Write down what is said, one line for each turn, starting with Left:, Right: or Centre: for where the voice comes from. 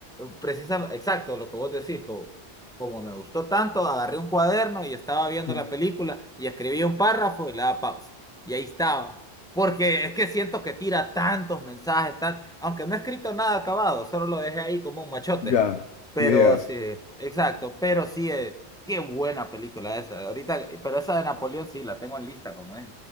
Centre: Precisa, exacto, lo que vos decís, como, como me gustó tanto, agarré un cuaderno y estaba viendo
Left: Sí.
Centre: la película y escribí un párrafo y le daba pausa. Y ahí estaba. Porque es que siento que tira tantos mensajes, tan, aunque no he escrito nada acabado, solo lo dejé ahí como un machote.
Left: Ya,
Centre: Pero
Left: ideas.
Centre: sí, exacto, pero sí, eh, qué buena película esa. Ahorita, pero esa de Napoleón sí la tengo en lista como es.